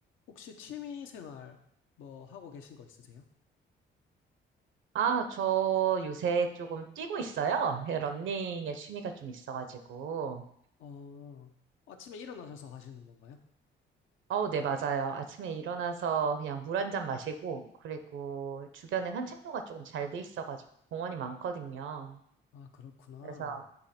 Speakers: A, on the left (about 80°); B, on the right (about 75°).
A: 혹시 취미 생활 뭐 하고 계신 거 있으세요?
B: 아, 저 요새 조금 뛰고 있어요. 예, 러닝에 취미가 좀 있어가지고.
A: 어, 아침에 일어나셔서 하시는 건가요?
B: 어, 네, 맞아요. 아침에 일어나서 그냥 물 한 잔 마시고, 그리고 주변에 산책로가 조금 잘 돼 있어가지고 공원이 많거든요.
A: 아, 그렇구나.
B: 그래서,